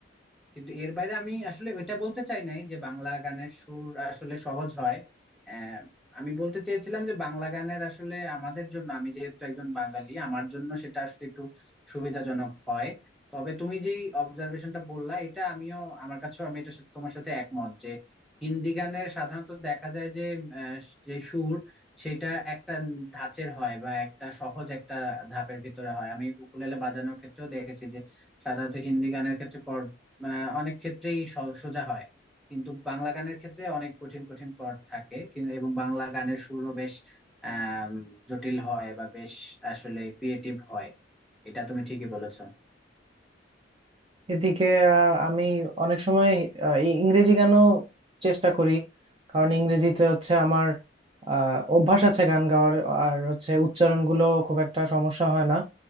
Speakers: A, in the centre; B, on the right.
A: কিন্তু এর বাইরে আমি আসলে ওইটা বলতে চাই নাই যে বাংলা গানের সুর আসলে সহজ হয় আহ, আমি বলতে চেয়েছিলাম যে বাংলা গানের আসলে আমাদের জন্য আমি যেহেতু একজন বাঙালি আমার জন্য সেটা আসলে একটু সুবিধাজনক হয় তবে তুমি যে অবজারভেশনটা বললা এটা আমিও আমার কাছেও আমি এটার সাথে তোমার সাথে একমত যে হিন্দি গানের সাধারণত দেখা যায় যে আহ, যে সুর সেটা একটা ধাঁচের হয় বা একটা সহজ একটা ধাপের ভিতরে হয় আমি উকুলেলে বাজানোর ক্ষেত্রেও দেখেছি যে সাধারণত হিন্দি গানের ক্ষেত্রে আহ, অনেক ক্ষেত্রেই স- সোজা হয় কিন্তু বাংলা গানের ক্ষেত্রে অনেক কঠিন কঠিন পদ থাকে কিন্তু এবং বাংলা গানের সুরও বেশ আম, জটিল হয় বা বেশ আসলে ক্রিয়েটিভ হয় এটা তুমি ঠিকই বলেছো
B: এদিকে আহ, আমি অনেক সময় আহ, ই- ইংরেজি গানও চেষ্টা করি কারণ ইংরেজিতে হচ্ছে আমার আহ, অভ্যাস আছে গান গাওয়ার আর হচ্ছে উচ্চারণগুলো খুব একটা সমস্যা হয় না